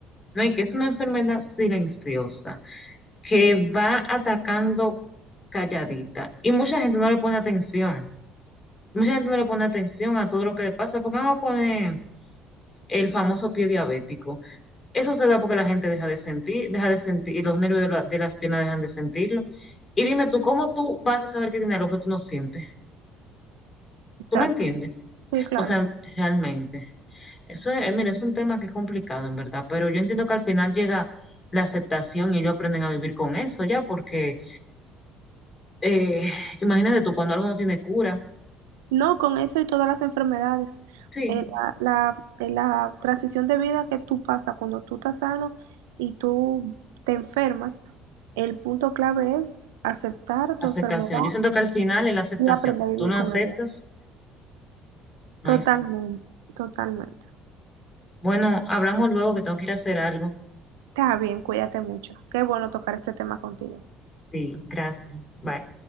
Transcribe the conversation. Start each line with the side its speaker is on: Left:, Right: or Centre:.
Left: No, y que es una enfermedad silenciosa, que va atacando calladita. Y mucha gente no le pone atención. Mucha gente no le pone atención a todo lo que le pasa, porque vamos a poner el famoso pie diabético. Eso se da porque la gente deja de sentir, deja de sentir, y los nervios de, la- de las piernas dejan de sentirlo. Y dime tú, ¿cómo tú vas a saber que tiene algo que tú no sientes?
Right: Exacto.
Left: ¿Tú me entiendes?
Right: Sí, claro.
Left: O sea, realmente, eso es, mira, es un tema que es complicado en verdad, pero yo entiendo que al final llega la aceptación y ellos aprenden a vivir con eso ya, porque eh, imagínate tú, cuando algo no tiene cura,
Right: No, con eso y todas las enfermedades.
Left: sí,
Right: Eh, la, la, eh, la transición de vida que tú pasas cuando tú estás sano y tú te enfermas, el punto clave es aceptar tu
Left: aceptación.
Right: enfermedad
Left: Yo siento que al final es la aceptación.
Right: y aprender
Left: Si
Right: a vivir
Left: tú no
Right: con
Left: aceptas,
Right: ella.
Left: no
Right: Totalmente,
Left: hay... forma.
Right: totalmente.
Left: Bueno, hablamos luego que tengo que ir a hacer algo.
Right: Está bien, cuídate mucho. Qué bueno tocar este tema contigo.
Left: Sí, gracias. Bye.